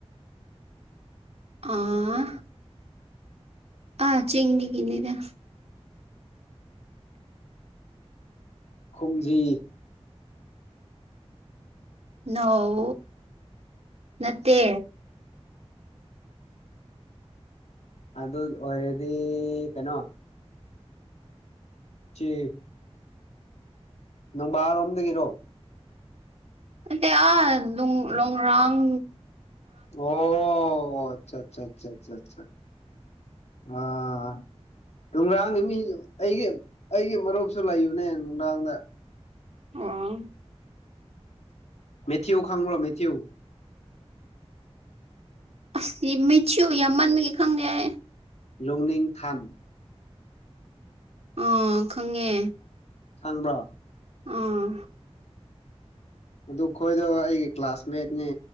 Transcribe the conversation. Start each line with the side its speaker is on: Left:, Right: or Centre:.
Right: ꯑꯥ ꯑꯥ ꯆꯤꯡꯗꯒꯤꯅꯤꯗ
Left: ꯈꯨꯝꯖꯤ
Right: ꯅꯧ ꯅꯠꯇꯦ
Left: ꯑꯗꯨ ꯑꯣꯏꯔꯗꯤ ꯀꯩꯅꯣ ꯆ‌ꯦ ꯅꯣꯡꯕꯥ ꯔꯣꯝꯗꯒꯤꯔꯣ
Right: ꯅꯠꯇ‌ꯦ ꯑꯥ ꯂ‌ꯣꯡ ꯂ‌ꯣꯡꯔꯥꯡ
Left: ꯑꯣ ꯑꯣ ꯑꯆꯥ ꯑꯆꯥ ꯑꯆꯥ ꯑꯥ ꯑꯥ ꯂ‌ꯣꯡꯔꯥꯡꯒꯤ ꯃꯤ ꯑꯩꯒꯤ ꯑꯩꯒꯤ ꯃꯔꯨꯞꯁꯨ ꯂꯩꯕꯅꯦ ꯂ‌ꯣꯡꯔꯥꯡꯗ
Right: ꯑ‌ꯣ
Left: ꯃꯦꯊ꯭ꯌꯨ ꯈꯥꯉ꯭ꯔꯣ ꯃꯦꯊ꯭ꯌꯨ
Right: ꯑꯁ ꯃꯦꯊ꯭ꯌꯨ ꯌꯥꯝꯃꯟꯕꯒꯤ ꯈꯪꯗ‌ꯦꯍ‌ꯦ
Left: ꯂꯣꯡꯅꯤꯡꯊꯥꯟ
Right: ꯑꯥ ꯈꯪꯉꯦ
Left: ꯈꯪꯕ꯭ꯔꯥ
Right: ꯑꯥ
Left: ꯑꯗꯨ ꯈꯣꯏꯗꯣ ꯑꯩꯒꯤ ꯀ꯭ꯂꯥꯁꯃꯦꯠꯅꯦ